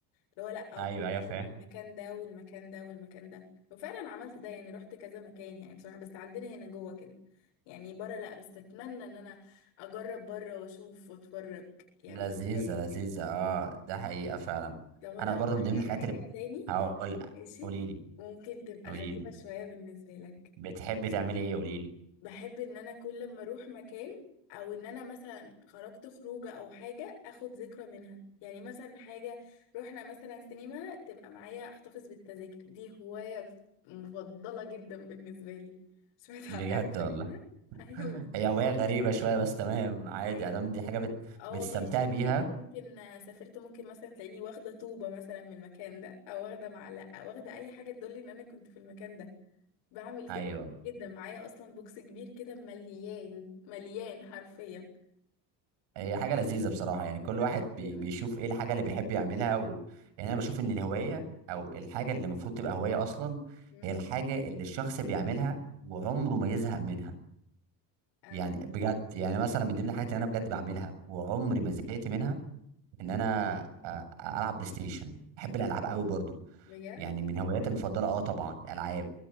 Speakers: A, on the left; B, on the right.
A: اللي هو لا أجرب
B: ايوه
A: اروح
B: ايوه فاهم
A: المكان ده والمكان ده والمكان ده وفعلا عملت ده يعني رحت كذا مكان يعني بصراحة بس عندنا هنا جوه كده يعني بره لا بس اتمنى ان انا اجرب بره واشوف واتفرج يعني
B: لذيذه
A: في الباقي
B: لذيذه
A: كده
B: اه ده حقيقه فعلا
A: طب انا
B: انا
A: اقول
B: برضو من
A: لك
B: ضمن
A: على
B: الحاجات
A: حاجة
B: اللي ب-
A: تاني
B: هقول
A: ماشي
B: قولي لي
A: ممكن تبقى
B: قولي
A: غريبة
B: لي
A: شوية بالنسبة لك
B: بتحبي تعملي ايه قولي لي
A: بحب ان انا كل لما اروح مكان او ان انا مثلا خرجت خروجه او حاجه اخد ذكرى منها يعني مثلا حاجه رحنا مثلا سينما تبقى معايا احتفظ بالتذاكر دي هوايه مفضله جدا بالنسبه لي سمعت
B: بجد
A: عن حاجه
B: والله
A: زي كده ايوه
B: هي هواية غريبة شوية بس تمام عادي
A: ايوه
B: ادام دي حاجة بت...
A: اه
B: بتستمتع
A: والله سافرت
B: بيها
A: ممكن سافرت ممكن مثلا تلاقيني واخده طوبه مثلا من المكان ده او واخده معلقه واخده اي حاجه تدل ان انا كنت في المكان ده بعمل
B: ايوه
A: كده جدا معايا اصلا بوكس كبير كده مليان مليان حرفيا
B: هي حاجة لذيذة بصراحة يعني كل
A: بروح-
B: واحد
A: ايوه
B: بي... بيشوف ايه الحاجة اللي بيحب يعملها و... يعني انا بشوف ان الهواية او الحاجة اللي المفروض تبقى هواية اصلا
A: مم.
B: هي الحاجة اللي الشخص بيعملها وعمره ما يزهق منها
A: اه
B: يعني بجد يعني مثلا من ضمن الحاجات اللي انا بجد بعملها وعمري ما زهقت منها ان انا أ- العب بلاي ستيشن بحب الالعاب قوي برضو
A: بجد
B: يعني من هواياتي المفضلة اه طبعا الالعاب